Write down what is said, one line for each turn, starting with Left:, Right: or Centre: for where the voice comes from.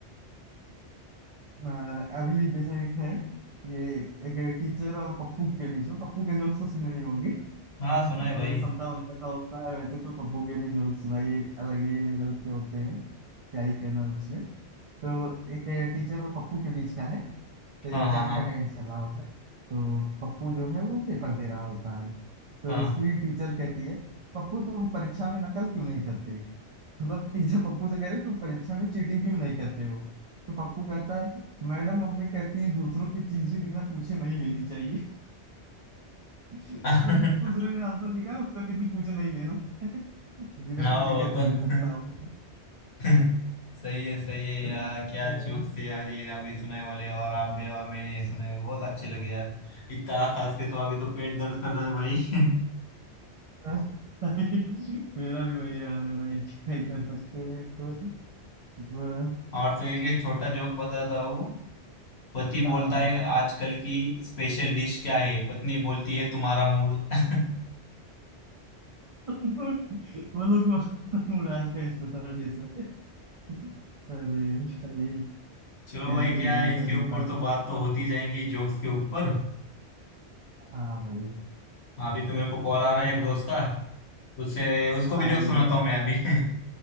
Right: अ, अभी जैसे एक है ये एक टीचर और पप्पू के बीच में पप्पू के जोक्स तो सुने ही होंगे
Left: हाँ सुना
Right: जैसे
Left: है भाई
Right: समता बनता का होता है वैसे तो पप्पू के भी जोक्स भाई अलग ही लेवल के होते हैं क्या ही कहना उसमें तो एक टीचर और पप्पू के बीच का है तो एग्जाम
Left: हाँ हाँ
Right: का टाइम चल रहा होता है तो पप्पू जो है वो पेपर दे रहा होता है तो
Left: हाँ
Right: उसकी टीचर कहती है पप्पू तुम परीक्षा में नकल क्यों नहीं करते मतलब कि जब पप्पू से कह रहे तुम परीक्षा में चीटिंग क्यों नहीं करते हो तो पप्पू कहता है मैडम मम्मी कहती है दूसरों की चीजें बिना पूछे नहीं लेनी चाहिए <laughs>
Left: हाँ
Right: मतलब दूसरे
Left: <laughs>
Right: ने आंसर लिखा है उससे बिना पूछे नहीं लेना <laughs> बिना
Left: हाँ
Right: पूछे
Left: वो
Right: कैसे
Left: तो
Right: ले सकता हूँ
Left: <laughs> सही है सही है यार
Right: <laughs>
Left: क्या जोक से यार ये अभी सुनाए वाले और आप भी और मैंने ये सुनाए बहुत अच्छे लगे यार इतना हंस हंस के तो अभी तो पेट दर्द कर रहा है भाई <laughs>
Right: हाँ। <laughs> मेरा भी वही हाल है भाई क्या ही कर सकते हैं तो वह-
Left: और तो एक एक छोटा जोक बताता हूँ पति बोलता
Right: हाँ
Left: है आजकल की स्पेशल डिश क्या है पत्नी बोलती है तुम्हारा मूड <laughs>
Right: <laughs> मतलब तुम तुम राज का स्पेशल डिश है अरे भाई क्या
Left: चलो भाई
Right: ही
Left: क्या
Right: लेवल
Left: है इसके
Right: का जोक
Left: ऊपर
Right: आज
Left: तो बात तो होती जाएंगी जोक्स के ऊपर
Right: हाँ भाई
Left: अभी तो मेरे को कॉल आ रहा
Right: हाँ
Left: है एक दोस्त का उससे उसको
Right: हाँ
Left: भी जोक
Right: चलो
Left: सुनाता
Right: जाओ
Left: हूँ मैं अभी <laughs> ठीक